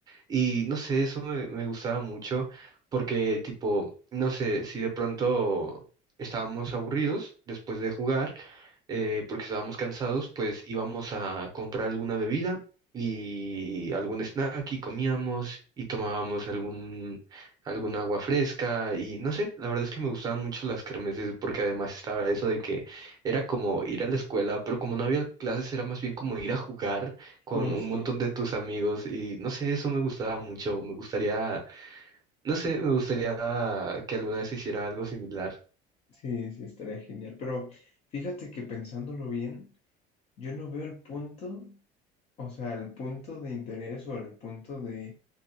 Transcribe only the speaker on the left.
Justo,
sí, sí, estaría genial. Pero fíjate que pensándolo bien, yo no veo el punto, o sea, el punto de interés o el punto de